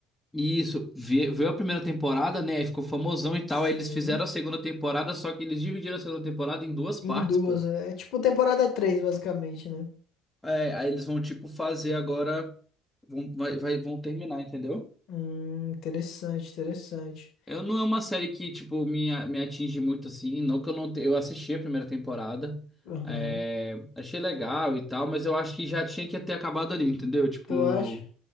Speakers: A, in the centre; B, on the left (about 50°).
A: Isso, vi- veio a primeira temporada, né? Aí ficou famosão e
B: Sim.
A: tal. Aí eles fizeram a segunda temporada, só que eles dividiram a segunda temporada em duas partes,
B: Em duas.
A: pô.
B: É é tipo temporada 3, basicamente, né?
A: É, aí eles vão, tipo, fazer agora. Vão, vai, vai- vão terminar, entendeu?
B: Hum, interessante, interessante.
A: Eu não é uma série que, tipo, me, a- me atinge muito assim. Não que eu não te... Eu assisti a primeira temporada.
B: Aham.
A: é, Achei legal e tal, mas eu acho que já tinha que ter acabado ali, entendeu? Tipo.
B: Tu acha?